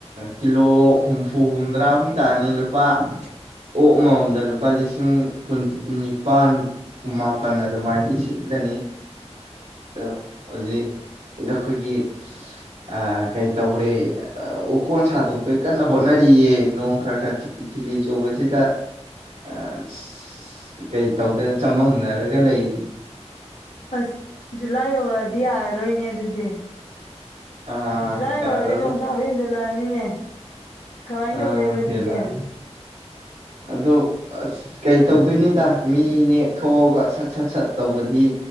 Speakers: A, on the right; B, on the left.
A: ꯀꯤꯂꯣ ꯍꯨꯝꯐꯨ ꯍꯨꯝꯗ꯭ꯔꯥꯃꯨ ꯇꯥꯅꯤ ꯂꯨꯄꯥ ꯑꯣꯛ ꯑꯃꯃꯝꯗ ꯂꯨꯄꯥ ꯂꯤꯁꯤꯡ ꯀꯨ ꯅꯤꯄꯥꯥꯟ ꯀꯨꯟ ꯃꯄꯟ ꯑꯗꯨꯃꯥꯏꯗꯤ ꯁꯤꯠꯂꯅꯤ ꯗꯣ ꯍꯧꯖꯤꯛ ꯑꯈꯣꯏꯒꯤ ꯑꯥ ꯀꯩ ꯇꯧꯔꯦ ꯎꯀꯣꯟ ꯁꯥꯗꯣꯛꯇꯣꯏ ꯀꯟꯅ ꯍꯣꯠꯅꯔꯤꯌꯦ ꯅꯣꯡ ꯈꯥꯔ ꯈꯥꯔ ꯊꯤꯂꯤ ꯊꯤꯠꯂꯤ ꯆꯨꯕꯁꯤꯗ ꯑꯁ ꯀꯩ ꯇꯧꯗꯣꯏꯅꯣ ꯆꯃꯝꯅꯔꯒ ꯂꯩꯔꯤ
B: ꯑꯁ ꯖꯨꯂꯥꯏ ꯌꯧꯔꯛꯑꯗꯤ ꯌꯥꯔꯔꯣꯏꯅꯦ ꯑꯗꯨꯗꯤ
A: ꯑꯥ
B: ꯖꯨꯂꯥꯏ ꯌꯧꯔꯗꯤ
A: ꯌꯥꯔꯔꯣꯏ
B: ꯅꯣꯡ ꯇꯥꯕ ꯍꯦꯟꯖꯜꯂꯛꯑꯅꯤꯅꯦ ꯀꯃꯥꯏꯅ
A: ꯑꯥ
B: ꯇꯧꯗꯣꯏꯕ ꯑꯗꯨꯗꯤ
A: ꯍꯦꯜꯂꯛꯑꯅꯤ ꯑꯗꯣ ꯑꯁ ꯀꯩ ꯇꯧꯗꯣꯏꯅꯤꯗ ꯃꯤ ꯅꯦꯛꯊꯣꯛꯑꯒ ꯁꯠ ꯁꯠ ꯁꯠ ꯇꯧꯕꯗꯤ